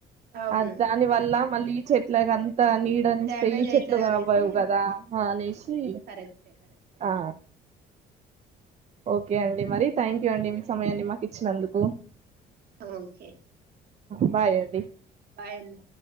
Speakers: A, on the right (about 65°); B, on the right (about 40°).
A: అవును
B: అది దాని వల్ల మళ్ళీ ఈ చెట్లకన్ని త నీడని ఇస్తే
A: డ్యామేజ్
B: ఈ చెట్లు
A: అయితది
B: కనపడవు
A: అనేసి
B: కదా అనేసి
A: కరెక్టే కరెక్టే
B: ఆ ఓకె అండి మరి థ్యాంక్ యు అండి మీ సమయాన్ని మాకు ఇచ్చినందుకు
A: ఓకె
B: బాయ్ అండి
A: బాయ్ అండి